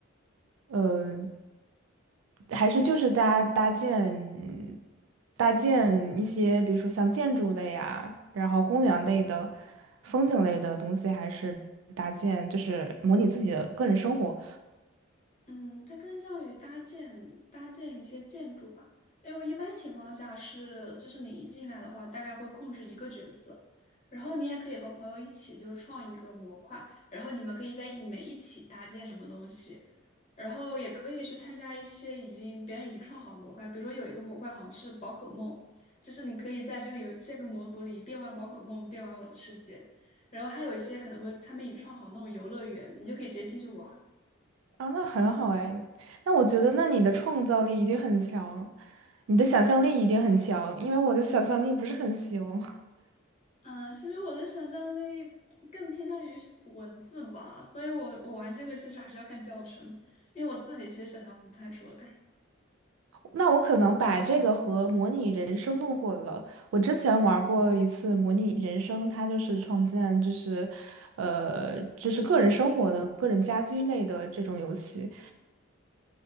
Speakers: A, on the right (about 75°); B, on the left (about 35°).
A: 呃，还是就是搭搭建搭建一些，比如说像建筑类啊，然后公园类的、风景类的东西，还是搭建，就是模拟自己的个人生活
B: 嗯，它更像于搭建搭建一些建筑吧。因为一般情况下是，就是你一进来的话，大概会控制一个角色，然后你也可以和朋友一起就创一个模块，然后你们可以在里面一起搭建什么东西，然后也可以去参加一些已经别人已经创好模块，比如说有一个模块好像是宝可梦，就是你可以在这个游这个模组里边玩宝可梦边玩我的世界，然后还有一些可能会他们已经创好那种游乐园，你就可以直接进去玩儿
A: 啊，那很好哎。那我觉得，那你的创造力一定很强，你的想象力一定很强，因为我的想象力不是很行。
B: 啊，其实我的想象力更偏向于是文字吧，所以我我玩这个其实还是要看教程，因为我自己其实想象不太出来。
A: 那我可能把这个和模拟人生弄混了。我之前玩过一次模拟人生，它就是创建，就是，呃，就是个人生活的、个人家居类的这种游戏，